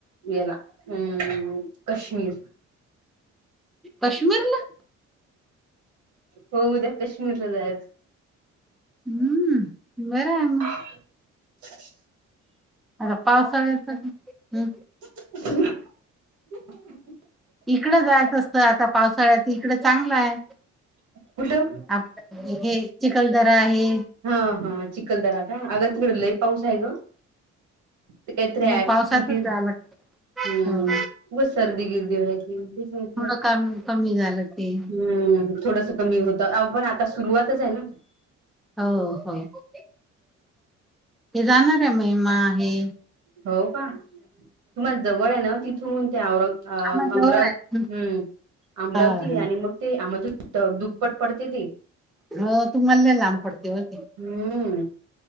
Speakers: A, on the right; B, in the centre.
A: याला अम काश्मीर
B: कश्मिरला?
A: हो उद्या कश्मीरला जायच
B: हम्म बर हाय मग.
A: <inaudible>
B: आता पावसाळ्यात पण हम्म
A: ह
B: इकडं जायचं असतं आता पावसाळ्यात इकडं चांगलं आहे.
A: कुठं
B: आपलं हे चिखलदरा आहे.
A: हा हा चिखलदरा का अग तिकड लय पाऊस आहे ग तीत त्र्याक
B: मग पावसातच
A: मजा येईल.
B: जावं
A: हम्
B: लागतं.
A: म सर्दी गिरदी व्हायची तेच म्हटलं.
B: थोडं कमी कमी झालं ते
A: हम्म थोडस कमी होतं अ पण आता सुरुवातच आहे ना,
B: हो हो हो जाणार हाय मी माहे
A: हो का तुम्हाला जवळ आहे ना तिथून ते औरग अ
B: आम्हाला
A: अमरावती
B: जवळ आहे
A: हम्म, अमरावती
B: हा
A: आणि मग ते आम्हाला त दुप्पट पडते ते.
B: हो तुम्हाला लय लांब पडते व ती.
A: हम्म.